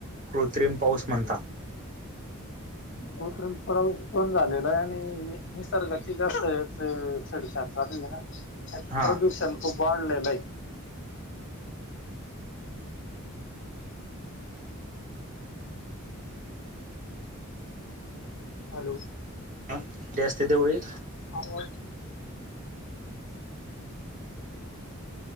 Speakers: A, on the right; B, on the left.
A: कृत्रिम पाऊस म्हणता
B: कृत्रिम पाऊस पण झालेला आहे, आणि निसर्गाची जास्तच छेडछाड चालू हे ना. त्यात
A: हां
B: प्रदूषण खूप वाढलेलं ये. हॅलो!
A: हं जास्ती तेऊडी
B: आहोत,